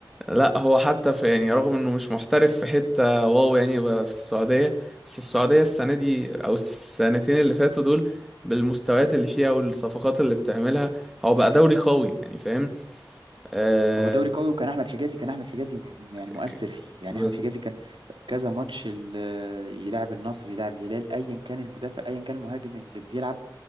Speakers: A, in the centre; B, on the right.
A: لا هو حتى في يعني رغم انه مش محترف في حته واو يعني بقى في السعوديه بس السعوديه السنه دي او السنتين اللي فاتوا دول بالمستويات اللي فيها والصفقات اللي بتعملها هو بقى دوري قوي يعني فاهم آه
B: هو دوري قوي وكان أحمد حجازي كان أحمد حجازي م- يعني
A: ك-
B: مؤثر فيه يعني
A: بز-
B: أحمد حجازي كان كذا ماتش ال- آه، يلعب النصر يلعب الهلال أيا كان المدافع أيا كان المهاجم اللي بيلعب